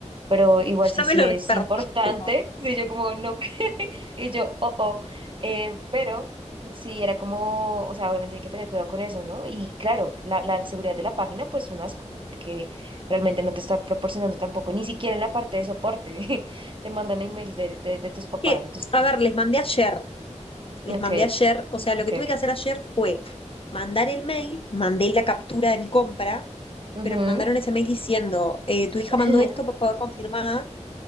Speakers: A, on the right; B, on the left.
A: pero igual
B: Ya
A: sí,
B: me
A: sí
B: lo
A: es
B: despertaste.
A: importante. <laughs> Sí, yo como no, <laughs> y yo, oh, oh, eh, pero sí era como, o sea, obviamente hay que tener cuidado con eso, ¿no? Y claro, la, la seguridad de la página, pues un asco, porque realmente no te está proporcionando tampoco, ni siquiera en la parte de soporte, <laughs> te mandan emails de, de, de tus papás,
B: Que,
A: de tus... tíos.
B: a ver, les mandé ayer, les
A: Ok,
B: mandé ayer, o sea, lo
A: ok,
B: que tuve
A: ok.
B: que hacer ayer fue mandar el mail, mandé la captura de mi compra,
A: Ujú.
B: pero me mandaron ese mail diciendo, eh, tu hija
A: <laughs>
B: mandó esto, por favor confirma